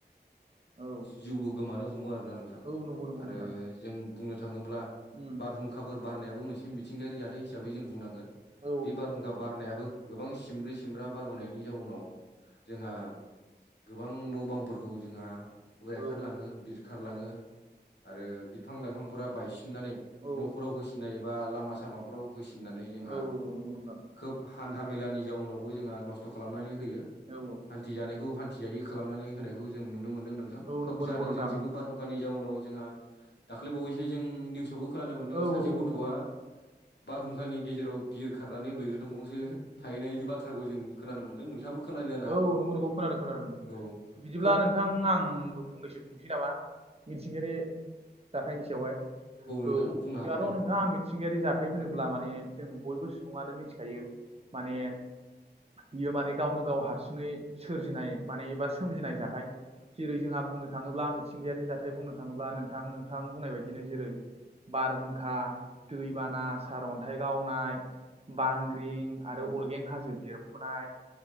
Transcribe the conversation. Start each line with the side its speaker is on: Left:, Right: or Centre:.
Right: औ
Left: जिउबो गोमानो हमो आरोना नोंथां।
Right: औ नंगौ नंगौ
Left: आरो
Right: नोंथां
Left: जों बुंनो थाङोब्ला
Right: उम
Left: बारहुंखाफोर
Right: औ
Left: बारनायाबो मोनसे मिथिंगायारि जाथाय हिसाबै जों बुंनांगोन
Right: औ
Left: बे बारहुं खा बारनायाबो गोबां सिमब्रै सिमब्रा बारबोनायनि जाउनाव जोंहा गोबां न' बांफोरखौ जोंहा उजायखारलाङो
Right: औ
Left: बिरखारलाङो आरो बिफां लाइफांफोरा बायसिननानै
Right: औ
Left: न'फोराव होसिननाय एबा लामा सामाफोराव होसिननानै जोंहा
Right: औ औ नंगौ नोंथां
Left: खोब हान्था मेलानि जाउनावबो जोंहा नस् थ खालामनानै होयो
Right: औ
Left: हान्थिजानायखौ हान्थिजायै खालामनानै होनायखौ जों नुनो मोन्दों नों थां
Right: औ
Left: खोब
Right: नंगौ नंगौ
Left: जादों
Right: नोंथां
Left: जोंथिंबो बारहुंखानि जाउनाव जोंहा दाख्लैबावैसो जों निउसावबो खोनानो मोनदों
Right: औ नंगौ नोंथां औ
Left: सासे
Right: नंगौ
Left: ग थ'आ
Right: नंगौ औ
Left: बारहुंखानि गेजेराव बिर खारनानै बैग्रि दंफांसो थाहैनाय बा थ्राखौ जों खोनानो मोनदों नोंथाङाबो खोनादों जानो
Right: औ
Left: हागौ
Right: नंगौ नोंगौ खोनादों खोनादों
Left: औ
Right: बिदिब्ला
Left: खोब
Right: नोंथां आंबो फंनैसो बुंसै नामा मिथिंगायारि जाथायनि सायावहाय
Left: नोंथां
Right: औ
Left: बुंनो हागोन
Right: जाथ'
Left: दे औ
Right: नोंथाङा आं मि थिंगायारि जाथाय होनोब्ला माने जों बयबो सुबुङानो मिथिखायो माने बियो माने गावनो गाव हारसिङै सोरजिनाय माने एबा सोमजिनाय जाथाय। जेरै जोंहा बुंनो थाङोब्ला मिथिंगायारि जाथाय बुंनो थाङोब्ला नोंथां नोंथां बुंनाय बायदिनो जेरै बारहुंखा, दैबाना, सार अन्थाइ गावनाय बांग्रिं आरो अरगें हाजो बिरफुनाय